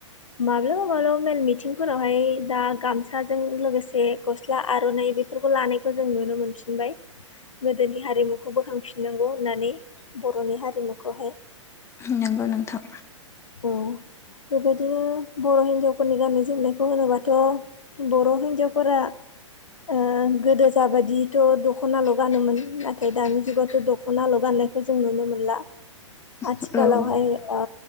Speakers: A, on the left; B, on the left.
A: माब्लाबा माब्लाबा मेल मिथिंफोर फ्राहाय दा गामसाजों लोगोसे गस्ला आर'नाइ बेफोरखौ लानायखौ जों नुनो मोनफिनबाय गोदोनि हारिमुखौ बोखांफिननांगौ होननानै बर'नि हारिमुखौहाय
B: नोंगौ नोंथां
A: औ बेबायदिनो बर' हिनजावफोरनि गाननाय जोमनायखौ होनोबाथ' बर' हिनजावफोरा ओ गोदो जाबायदिथ' दख'नाल' गानोमोन नाथाय दानि जुगावथ' दख'नाल' गाननाय खौ जों नुनो मोनला
B: <inaudible>
A: आथिखालावहाय
B: औ
A: ओ